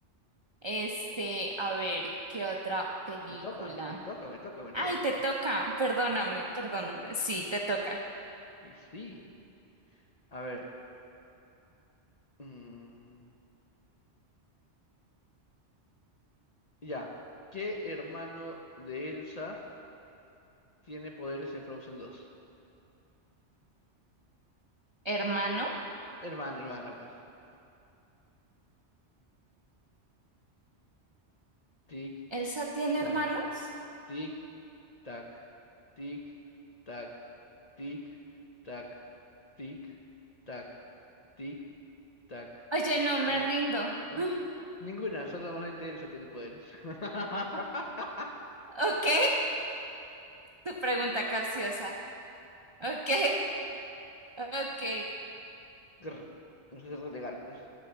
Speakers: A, on the right; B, on the left.
A: Este, a ver, ¿qué otra película?
B: Me toca, me toca, me toca, me
A: Ay,
B: toca que...
A: te toca, perdóname, perdóname. Sí, te toca.
B: Y sí, a ver. mm, Ya. ¿Qué hermano de Elsa tiene poderes en Frozen 2?
A: ¿Hermano?
B: Hermana, hermana, pues. Tic,
A: ¿Elsa tiene
B: tac,
A: hermanos?
B: tic, tac, tic, tac, tic, tac, tic, tac, tic, tac,
A: Oye, no, me
B: tic,
A: rindo.
B: tac.
A: <gasps> <laughs>
B: Ninguna, solamente Elsa tiene poderes. <laughs>
A: Ok, tu pregunta capciosa. Ok, ok.
B: Grr. No sé relegar, pues.